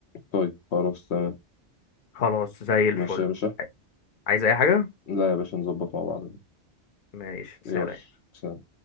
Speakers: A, on the left (about 65°); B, on the left (about 50°).
A: طيب خلاص تمام
B: خلاص زي الفل
A: ماشي يا باشا
B: عايز اي حاجة
A: لا يا باشا نظبط مع بعض
B: ماشي سلام
A: يلا سلام